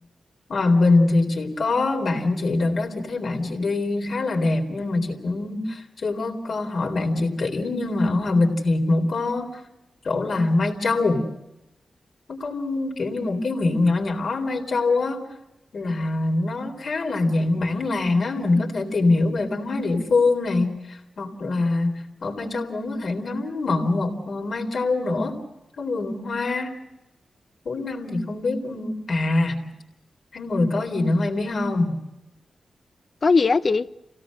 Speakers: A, on the left; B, on the left.
A: Hòa Bình thì chỉ có bạn chị đợt đó chị thấy bạn chị đi khá là đẹp nhưng mà chị cũng chưa có câu hỏi bạn chị kỹ nhưng mà ở Hòa Bình thì cũng có chỗ là Mai Châu nó có kiểu như một cái huyện nhỏ nhỏ Mai Châu á là nó khá là dạng bản làng á mình có thể tìm hiểu về văn hóa địa phương này hoặc là ở Mai Châu cũng có thể ngắm mận một ờ, Mai Châu nữa có vườn hoa cuối năm thì không biết à Tháng 10 có gì nữa em biết không?
B: Có gì á chị?